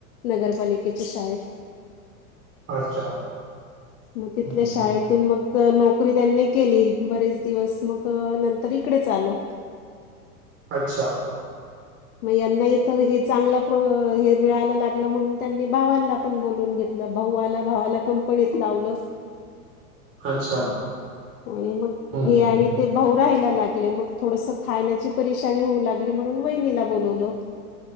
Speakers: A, on the left (about 65°); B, on the right (about 30°).
A: नगरपालिकेच्या शाळेत.
B: अच्छा.
A: मग तिथल्या
B: हं, हं,
A: शाळेतून
B: हं.
A: मग तर नोकरी त्यांनी केली बरेच दिवस मग नंतर इकडेच आलो.
B: अच्छा
A: मग यांनाही तर हे चांगलं मिळायला लागलं म्हणून त्यांनी भावांना पण बोलून घेतलं. भाऊ आला भावाला कंपनीत लावलं.
B: <inaudible> अच्छा.
A: आणि मग
B: हं,
A: हे
B: हं,
A: आणि
B: हं.
A: ते भाऊ राहायला लागले मग थोडस खाण्याची परेशानी होऊ लागली म्हणून वहिला बोलवलं